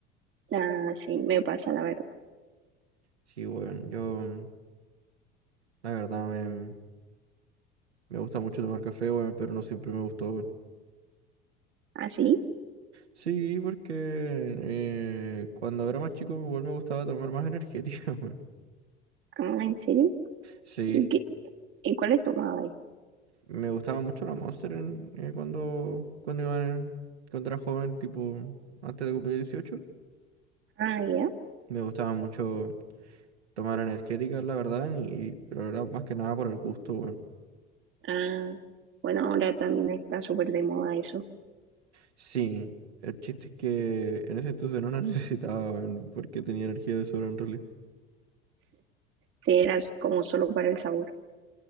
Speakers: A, on the right (about 35°); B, on the right (about 75°).
A: Ah, sí, me pasa la verdad.
B: Sí, weón, yo, mm, la verdad, me, me gusta mucho tomar café, weón, pero no siempre me gustó, weón.
A: ¿Ah, sí?
B: Sí, porque eh, cuando era más chico, igual me gustaba tomar más energética, <laughs> weón.
A: Ah, ¿en serio?
B: Sí,
A: ¿Y qué? ¿Y cuál es tomado ahí?
B: me gustaba mucho la Monster en- eh, cuando, cuando iba, en- cuando era joven, tipo, antes de cumplir 18.
A: Ah, ya.
B: Me gustaba mucho tomar energéticas, la verdad, y, pero era más que nada por el gusto, weón.
A: Ah, bueno, ahora también está súper de moda eso.
B: Sí, el chiste es que en ese entonces no la <laughs> necesitaba, weón, porque tenía energía de sobra en realidad.
A: Sí, era como solo para el sabor.